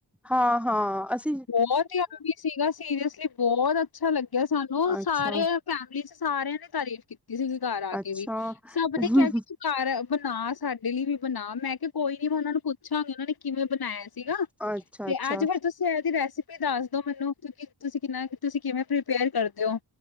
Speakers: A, in the centre; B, on the left (about 55°).
A: ਹਾਂ ਹਾਂ ਅਸ
B: ਬਹੁਤ ਈ <unintelligible> ਸੀਗਾ ਸੀ ਸੀਰੀਅਸਲੀ ਬਹੁਤ ਅੱਛਾ ਲੱਗਿਆ ਸਾਨੂੰ
A: ਅੱਛਾ
B: ਸਾਰੇ ਫੈਮਿਲੀ ਚ ਸਾਰਿਆਂ ਨੇ ਤਾਰੀਫ਼ ਕੀਤੀ। ਕਿਸੀ ਦਿਨ ਘਰ ਆ
A: ਅੱਛਾ
B: ਕੇ ਵੀ ਸਭ ਨੇ ਕਿਹਾ ਕਿ ਤੂੰ ਘਰ ਬਣਾ ਸਾਡੇ ਲਈ ਵੀ ਬਣਾ ਮੈਂ ਕਿਹਾ ਕੋਈ ਨੀ। ਉਹਨਾਂ ਨੂੰ ਪੁੱਛਾਂਗੀ ਉਹਨਾਂ ਨੇ ਕਿਵੇਂ ਬਣਾਇਆ ਸੀਗਾ
A: ਅੱਛਾ
B: ਤੇ
A: ਅੱਛਾ
B: ਅੱਜ ਫਿਰ ਤੁਸੀਂ ਇਹ ਰੈਸਿਪੀ ਦੱਸ ਦੋ ਮੈਨੂੰ ਕਿਉਂਕਿ ਤੁਸੀਂ ਕਿੰਨਾ ਤੁਸੀਂ ਕਿਵੇਂ ਪ੍ਰਪੇਅਰ ਕਰਦੇ ਓ